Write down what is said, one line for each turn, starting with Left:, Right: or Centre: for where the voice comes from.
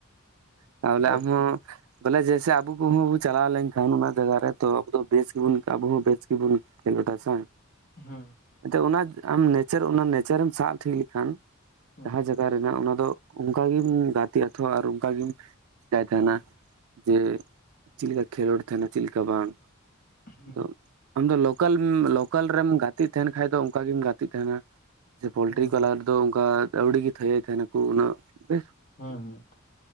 Right: ᱛᱟᱦᱚᱞᱮ
Left: ᱟᱨᱠᱤ
Right: ᱟᱢᱦᱚ ᱵᱚᱞᱮ ᱡᱮᱭᱥᱮ ᱟᱵᱚ ᱠᱚᱦᱚᱸ ᱵᱚᱱ ᱪᱟᱞᱟᱣ ᱞᱮᱱᱠᱷᱟᱱ, ᱚᱱᱟ ᱡᱟᱭᱜᱟ ᱨᱮᱚ ᱟᱵ ᱫᱚ ᱵᱮᱥ ᱜᱮᱵᱚᱱ ᱟᱵᱚ ᱦᱚᱸ ᱵᱮᱥ ᱜᱮᱵᱚᱱ ᱠᱷᱮᱞᱳᱰ ᱥᱮ
Left: ᱦᱩᱸ
Right: ᱟᱱ ᱚᱱᱟ ᱟᱢ ᱱᱮᱪᱚᱨ ᱚᱱᱟ ᱱᱮᱪᱟᱨᱮᱢ ᱥᱟᱵ ᱴᱷᱤᱠ ᱞᱮᱠᱷᱟᱱ ᱾
Left: ᱦᱩᱸ
Right: ᱡᱟᱦᱟᱸ ᱡᱟᱭᱜᱟ ᱨᱮᱱᱟᱜ ᱚᱱᱟ ᱫᱚ ᱚᱱᱠᱟᱜᱮ, ᱜᱟᱛᱮᱜ ᱟ ᱛᱷᱚᱲᱟ ᱟᱨ ᱚᱱᱠᱟᱟᱜᱤᱢ ᱪᱠᱟᱭ ᱛᱟᱦᱮᱱᱟ ᱡᱮ ᱪᱮᱫᱠᱟ ᱠᱷᱮᱞᱳᱰ ᱛᱟᱦᱮᱱᱟ, ᱪᱮᱫ ᱞᱮᱠᱟ ᱵᱟᱝ
Left: ᱦᱩᱸ
Right: ᱟᱫᱚ ᱟᱢᱫᱚ ᱞᱳᱠᱟᱞ ᱞᱳᱠᱟᱞ ᱨᱮᱢ ᱜᱟᱛᱮᱜ ᱛᱟᱦᱮᱱ ᱠᱷᱟᱱ ᱫᱚ, ᱚᱱᱠᱟ ᱜᱮᱢ ᱜᱟᱛᱮᱜ ᱛᱟᱦᱮᱱᱟ ᱾ ᱥᱮ ᱯᱳᱚᱞᱴᱨᱤ
Left: ᱦᱩᱸ
Right: ᱠᱚᱞᱟᱨ ᱨᱮᱫᱚ ᱚᱱᱠᱟ ᱟᱹᱣᱲᱤ ᱜᱮ ᱛᱷᱟᱭᱟᱭ ᱛᱟᱦᱮᱱᱟᱠᱩ ᱚᱱᱟ ᱛᱮ
Left: ᱦᱩᱸᱼ ᱦᱩᱸ